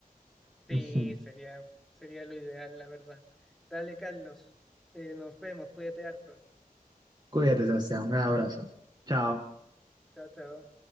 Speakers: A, on the right; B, in the centre.
A: <laughs>
B: Sí,
A: Ujú.
B: sería, sería lo ideal, la verdad. Dale, Carlos. Eh, nos vemos, cuídate harto.
A: Cuídate, Sebastián. Un abrazo. Chao.
B: Chao, chao.